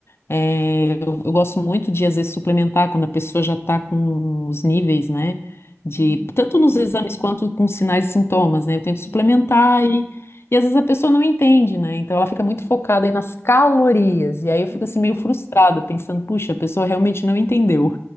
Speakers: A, on the left; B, on the right.
A: É, eu, eu gosto muito de, às vezes, suplementar quando a pessoa já está com os níveis, né? De,
B: Uhum,
A: tanto nos exames quanto com sinais e sintomas, né? Eu tento suplementar
B: Sim.
A: e, e às vezes a pessoa não entende, né? Então ela fica
B: é.
A: muito focada aí nas calorias. E aí
B: Uhum.
A: eu fico assim meio frustrada, pensando, puxa, a pessoa realmente não entendeu.